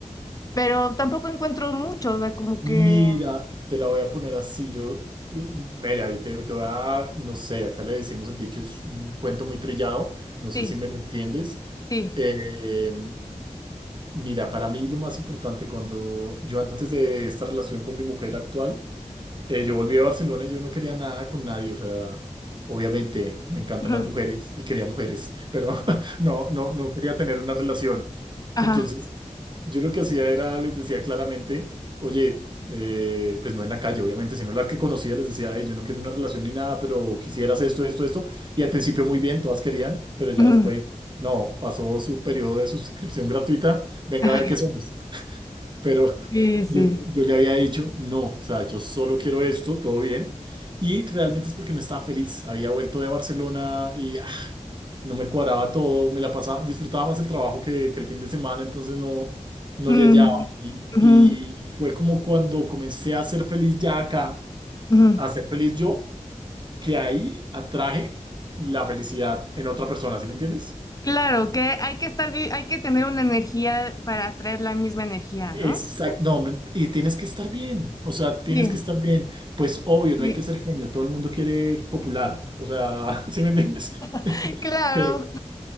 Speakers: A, on the left (about 30°); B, on the right (about 40°).
A: pero tampoco encuentro mucho, o sea, como
B: Mira,
A: que
B: te la voy a poner así. Yo, eh, mira, y te, te voy a, no sé, acá le decimos el dicho, es un cuento muy trillado, no sé
A: sí,
B: si me lo entiendes.
A: sí.
B: Eh, Mira, para mí lo más importante, cuando yo antes de esta relación con mi mujer actual, eh, yo volví a Barcelona y yo no quería nada con nadie, o sea, obviamente me encantan
A: ujú,
B: las mujeres y quería mujeres, pero <laughs> no, no, no quería tener una relación.
A: Ajá.
B: Entonces, yo lo que hacía era, les decía claramente, oye, eh, pues no en la calle, obviamente, sino las que conocía, les decía, "Ey, yo no quiero una relación ni nada, pero quisieras esto, esto, esto. Y al principio muy bien, todas querían, pero ya
A: ujú,
B: después, no, pasó su periodo de suscripción gratuita, venga
A: ajá,
B: a ver qué somos. Pero
A: Sí,
B: <laughs>
A: sí.
B: yo, yo le había dicho, no, o sea, yo solo quiero esto, todo bien. Y realmente es porque no estaba feliz, había vuelto de Barcelona y no me cuadraba todo, me la pasaba, disfrutaba más el trabajo que, que el fin de semana, entonces no, no
A: ujú,
B: le hallaba. Y,
A: ujú,
B: y fue como cuando comencé a ser feliz ya acá,
A: ujú.
B: a ser feliz yo, que ahí atraje la felicidad en otra persona, ¿sí me entiendes?
A: Claro, que hay que estar, vi- hay que tener una energía para atraer la misma energía,
B: Exacto,
A: ¿no?
B: no, men- y tienes que estar bien, o sea, tienes
A: Sí,
B: que estar bien. Pues obvio,
A: sí.
B: no hay que ser genio, todo el mundo quiere copular, o sea, <laughs> ¿sí me entiendes?
A: <laughs>
B: <laughs>
A: Claro.
B: Pero,